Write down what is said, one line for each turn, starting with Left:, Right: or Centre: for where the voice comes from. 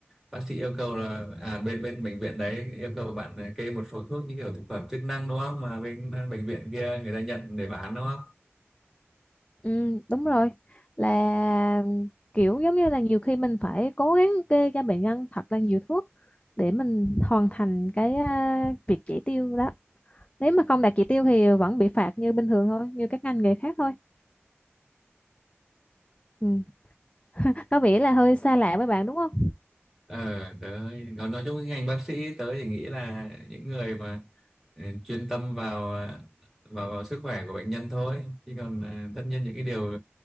Centre: bác sĩ yêu cầu là à bên bên bệnh viện đấy yêu cầu bạn à, kê một số thuốc như kiểu thực phẩm chức năng đúng không mà bên à, bệnh viện kia người ta nhận để bán đúng không
Left: Ừ, đúng rồi là kiểu giống như là nhiều khi mình phải cố gắng kê cho bệnh nhân thật là nhiều thuốc để mình hoàn thành cái à, việc chỉ tiêu đó nếu mà không đạt chỉ tiêu thì vẫn bị phạt như bình thường thôi như các ngành nghề khác thôi ừ. có vẻ là hơi xa lạ với bạn đúng không
Centre: ờ tớ còn nói chung cái ngành bác sĩ tớ thì nghĩ là những người mà ừ, chuyên tâm vào vào vào sức khỏe của bệnh nhân thôi chứ còn ờ, tất nhiên những cái điều